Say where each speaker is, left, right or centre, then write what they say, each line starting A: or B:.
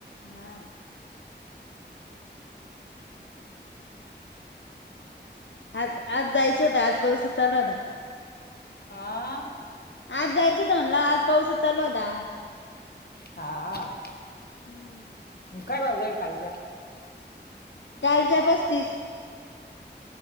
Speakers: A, on the left (about 80°); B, on the left (about 55°).
A: हा
B: <inaudible>
A: आज आज जायचं होत आज पाऊसच चालू होता.
B: हा
A: आज जायचं होत म्हणला आज पाऊस चालू होता.
B: हा
A: हम्म.
B: काय भाव गेल्या कालच्या.
A: कालच्या पस्तीस.